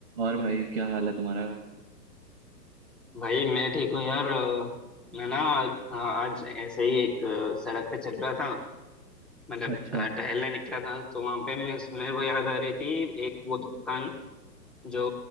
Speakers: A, on the right; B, in the centre.
A: और भाई क्या हाल है तुम्हारा
B: भाई मैं ठीक हूँ यार अ, मैं ना अ, आज ऐसे ही एक अ, सड़क पे चल रहा था मतलब
A: अच्छा
B: अ, टहलने निकला था तो वहां पे मैं मेरे को याद आ रही थी एक वो दुकान जो